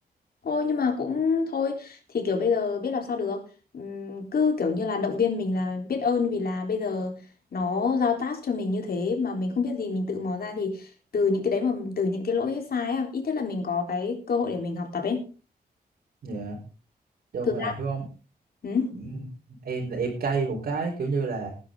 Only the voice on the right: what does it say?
dạ đâu
mà
hiểu không
Ừm, em là em cay một cái kiểu như là